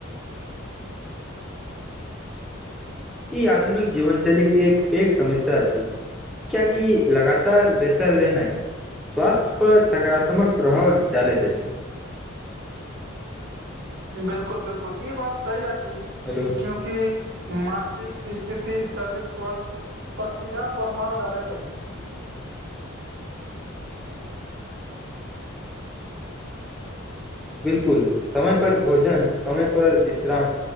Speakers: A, in the centre; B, on the right.
A: ई आधुनिक जीवनशैल के एक पैघ समस्या अछि। कियाकि लगातार बेसर रहना ह। स्वास्थ्य पर सकारात्मक, प्रभाव डालैत अछि।
B: बिल्कूल बिल्कूल ई बात सही अछि।
A: हेलो।
B: क्यूकि, मानसिक स्थिति शारीरिक स्वास्थ। पर सीधा प्रभाव डालैत अछि।
A: बिल्कूल समय पर भोजन समय पर विश्राम।